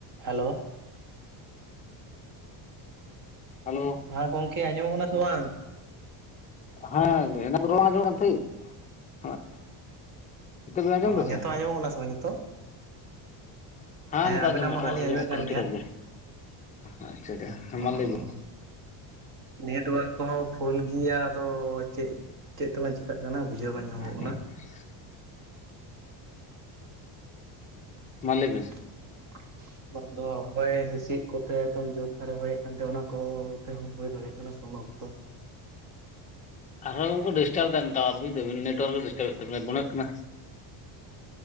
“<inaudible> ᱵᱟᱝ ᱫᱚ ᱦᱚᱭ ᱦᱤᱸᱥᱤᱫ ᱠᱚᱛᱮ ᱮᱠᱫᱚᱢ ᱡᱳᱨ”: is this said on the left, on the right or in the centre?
Right